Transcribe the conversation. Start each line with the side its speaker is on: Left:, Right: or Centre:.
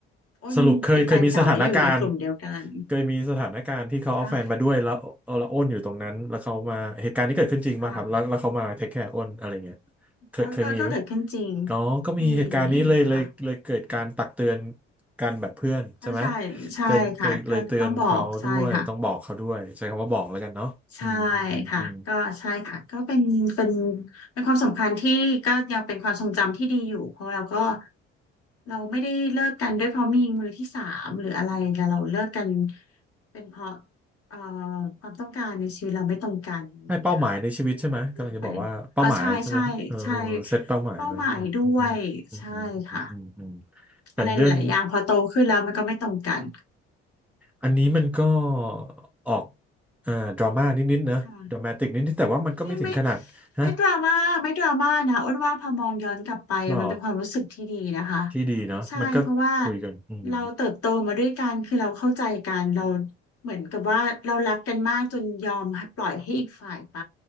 Left: อ้นเป็นแฟนเก่าและอยู่ในกลุ่มเดียวกัน
Centre: สรุปเคยเคยมีสถานการณ์เคยมีสถานการณ์ที่เขาเอาแฟนมาด้วยแล้วเอาละอ้นอยู่ตรงนั้นแล้วเขามาเหตุการณ์ที่เกิดขึ้นจริงป่ะครับแล้วแล้วเขามาเทคแคร์อ้นอะไรเงี้ย
Left: ค่ะค่ะ
Centre: เคยเคยมีไหม
Left: ก็ก็ก็ก็เกิดขึ้นจริง
Centre: ก็ก็มีเหตุการณ์นี้เลยเลยเลยเกิดการตักเตือน
Left: มีมีค่ะ
Centre: กันแบบเพื่อนใช่ไหม
Left: ก็ใช่ใช่ค่ะก็ต้องบอกใช่ค่ะ
Centre: เกินเคยเลยเตือนเขาด้วยต้องบอกเขาด้วยใช้คำว่าบอกแล้วกันเนาะอืมอืมอืมอืม
Left: ใช่ค่ะก็ใช่ค่ะก็เป็นเป็นเป็นความสำคัญที่ก็ยังเป็นความทรงจำที่ดีอยู่เพราะเราก็เราไม่ได้เลิกกันด้วยเพราะมีมือที่สามหรืออะไรแต่เราเลิกกันเป็นเพราะเอ่อความต้องการในชีวิตเราไม่ตรงกันอย่างเงี้ยค่ะ
Centre: ให้เป้าหมายในชีวิตใช่ไหมกำลังจะบอกว่าเป้าหมายใช่ไหมเออเออเออเซตเป้าหมายไว้อืมอืมอื
Left: ก็เลยไปอ๋อใช่ใช่ใช่เป้าหมายด้วยใช่ค่ะ
Centre: มอืมอืมอืมอืมอืมเป็นเรื่อง
Left: อะไรหลายๆอย่างพอโตขึ้นแล้วมันก็ไม่ตรงกัน
Centre: อันนี้มันก็ออกอ่อดราม่านิดๆนะดรามาติกนิดๆแต่ว่ามันก็ไม่ถึงขนาดฮะ
Left: ค่ะ ไม่ไม่ไม่ดราม่าไม่ดราม่านะอ้วนว่าพอมองย้อนกลับไปมันเป็นความรู้สึกที่ดีนะคะ
Centre: หรอที่ดีเนาะมันก็คุยกันอืม
Left: ใช่เพราะว่าเราเติบโตมาด้วยกันคือเราเข้าใจกันเราเหมือนกับว่าเรารักกันมากจนยอมให้ปล่อยให้อีกฝ่ายไป